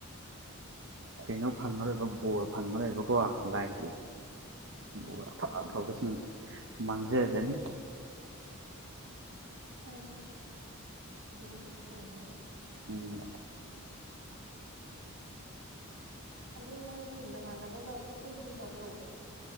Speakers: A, on the right (about 60°); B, on the right (about 85°).
A: ꯀꯩꯅꯣ ꯐꯪꯉꯔꯣꯏꯕ ꯕꯣꯔ ꯐꯪꯉꯔꯣꯏꯕꯀꯣ ꯂꯥꯏꯒꯤ ꯕꯣꯔ ꯑꯐ
B: ꯎꯝ
A: ꯑꯐꯕꯁꯤꯡ ꯃꯥꯡꯖꯖꯅꯤ
B: ꯍꯥꯏꯅꯦ ꯑꯗꯨꯕꯨꯁꯨ ꯆꯨꯝꯃꯦ
A: ꯎꯝ
B: ꯑꯗꯣ ꯅꯪꯗꯤ ꯅꯃꯥꯟꯅꯕꯒ ꯁꯨꯛꯄꯨꯟ ꯄꯨꯟꯗꯕ꯭ꯔꯣ